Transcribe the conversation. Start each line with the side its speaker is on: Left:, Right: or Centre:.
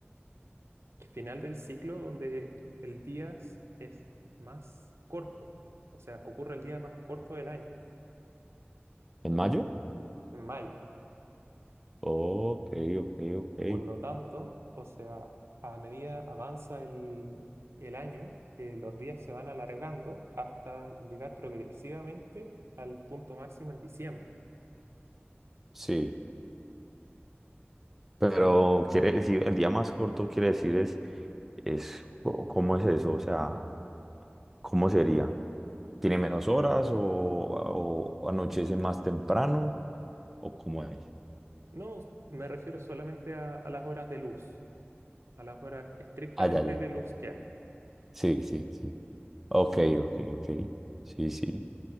Right: el final del ciclo donde el día s- es más corto, o sea, ocurre el día más corto del año,
Centre: ¿En mayo?
Right: así, en mayo.
Centre: Ok, ok, ok.
Right: Por lo tanto, o sea, a medida avanza el, el año, eh, los días se van alargando hasta llegar progresivamente al punto máximo en diciembre.
Centre: Sí. Pero
Right: Así que
Centre: quiere decir, el día más corto quiere decir es, es co- ¿cómo es eso? O sea, ¿cómo sería? ¿Tiene menos horas o, o anochece más temprano? ¿O cómo es?
Right: no me refiero solamente a, a las horas de luz, a las horas estrictamente
Centre: Ah, ya, ya. ya.
Right: de luz que hay.
Centre: Sí, sí, sí. Ok, ok, ok. Sí, sí.